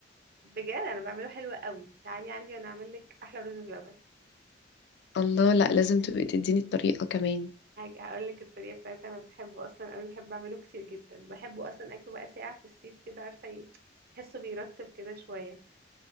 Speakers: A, on the right (about 55°); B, on the left (about 65°).
A: بجد انا بعمله حلو قوي تعالي عندي وانا اعمل لك احلى رز بلبن
B: الله لا لازم تبقي تديني الطريقه كمان
A: هقول لك الطريقه بتاعتها انا بحبه اصلا قوي بحب اعمله كتير جدا بحبه اصلا اكله بقى ساقع في الصيف كده عارفه ايه بحسه بيرطب كده شويه